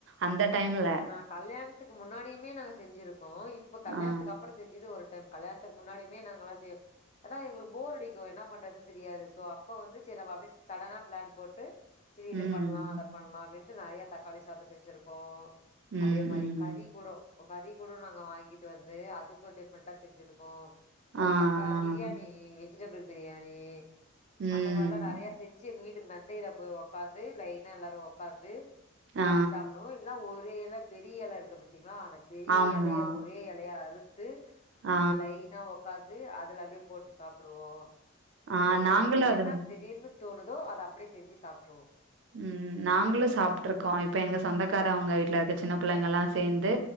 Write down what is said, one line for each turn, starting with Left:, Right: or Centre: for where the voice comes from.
Right: அந்த டைம்ல
Left: நா கல்யாண்த்துக்கு முன்னாடியுமே நாங்க செஞ்சிருக்கோ இப்ப கல்யாண்த்துக்கு
Right: ஆ.
Left: அப்புறோ செஞ்சது ஒரு டம் கல்யாண்த்துக்கு முன்னாடியுமே நாங்க எல்லா செய் அதா எங்களுக்கு போர் அடிக்கும் என்ன பண்றதுன் தெரியாது சோ அப்ப வந்து சரி நம்ம அப்டே சடனா பிளான் போட்டு சரி இத
Right: ம்.
Left: பண்லா அத பண்லா அப்டின்ட்டு நெறைய தக்காளி சாதோ செஞ்சிருக்கோ
Right: ம்,
Left: அதே மாரி
Right: ம்.
Left: கறி கூடோ கறி கூடோ நாங்க வாங்கிட்டு வந்து அதுக்கு டிஃப்ரெண்ட்டா செஞ்சுருக்கோ அப்டே
Right: ஆ,
Left: தக் கா பிரியாணி
Right: ஆ.
Left: வெஜிடேபிள் பிரியாணி
Right: ம்.
Left: அந்த மாரிலா நெறைய செஞ்சு எங்க வீட்டு மெத்தையில போய் ஒக்காந்து லைன்னா எல்லாரு ஒக்காந்து
Right: ஆ.
Left: அப்டி சாப்டுவோ இல்னா ஒரு எல பெரிய எல இருக்கு பாத்தீங்ளா அந்த பெரிய
Right: ஆமா.
Left: எலய ஒரே எலயா அறுத் து
Right: ஆ.
Left: அதுல லைனா உக்காந்து அதுல அப்டியே போட்டு சாப்பிடுவோ
Right: ஆ
Left: அந்த மாதிரி
Right: நாங்களும்
Left: எங்களுக்கு
Right: அது
Left: என்ன திடீர்னு தோணுதோ அத அப்டியே செஞ்சு சாப்டுருவோ
Right: ம் நாங்களு சாப்பிட்டு இருக்கோ இப்ப எங்க சொந்தக்கார அவுங்க வீட்டுல இருக்க சின்ன பிள்ளைங்க எல்லா சேந்து